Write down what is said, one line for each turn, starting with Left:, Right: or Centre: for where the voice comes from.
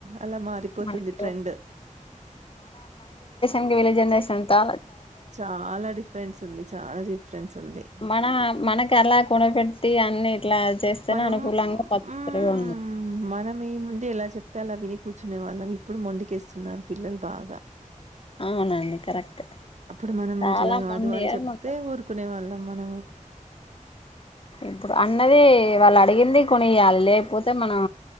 Right: అలా మారిపోతుంది
Left: మనకి
Right: ట్రెండ్
Left: ఇంకా విల్లా జనరేషన్ అంతా
Right: చాలా డిఫరెన్స్ ఉంది చాలా డిఫరెన్స్ ఉంది
Left: మన మనకు అలా కునపెట్టి అన్ని ఇట్లా చేస్తేనే
Right: మనం
Left: అనుకూలంగా పద్ధతులుగా
Right: ఉమ్
Left: ఉన్నాయి
Right: మనం ఏం ముందు ఎలా చెప్ తెల విని కూర్చునే వాళ్ళం ఇప్పుడు మొంకేస్తున్నారు పిల్లలు బాగా
Left: అవునండి కరెక్ట్
Right: అప్పుడు మనం
Left: చాలా
Right: ఇట్లా కాదు
Left: మొండి
Right: అని చెప్తే
Left: మొండి
Right: ఊరుకునే వాళ్ళం మనము
Left: ఇప్పుడు అన్నది వాళ్ళు అడిగింది కొనిళు లేకపోతే మనం